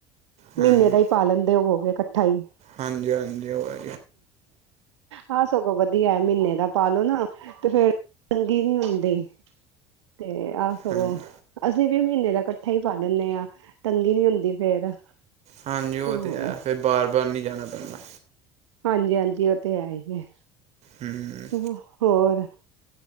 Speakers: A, on the right (about 50°); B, on the right (about 75°).
A: ਹਾਂਜੀ
B: ਮਹੀਨੇ ਦਾ ਹੀ ਪਾ ਲੈਂਦੇ ਹੋਵੋਗੇ। ਇਕੱਠਾ ਈ
A: ਹਾਂਜੀ -ਹਾਂਜੀ ਉਹ ਵ
B: ਹਾਂ ਸਗੋਂ ਵਧੀਆ ਮਹੀਨੇ ਦਾ ਪਾਲੋ ਨਾ ਤੇ ਫੇਰ ਤੰਗੀ ਨੀ ਹੁੰਦੀ ਤੇ ਆਹ ਸਗੋਂ
A: ਹਾਂਜੀ
B: ਅਸੀਂ ਵੀ ਮਹੀਨੇ ਦਾ ਇਕੱਠਾ ਹੀ ਪਾ ਦਿੰਨੇ ਹਾਂ, ਤੰਗੀ ਨੀ ਹੁੰਦੀ ਫੇਰ।
A: ਹਾਂਜੀ
B: ਹਾਂ
A: ਉਹ ਤੇ ਹੈ, ਫਿਰ ਬਾਰ- ਬਾਰ ਨਹੀ ਜਾਣਾ ਪੈਂਦਾ।
B: ਹਾਂਜੀ- ਹਾਂਜੀ ਉਹ ਤੇ ਹੈ ਹੀ ਹੈ।
A: ਹਮ
B: ਚਲੋ ਹੋਰ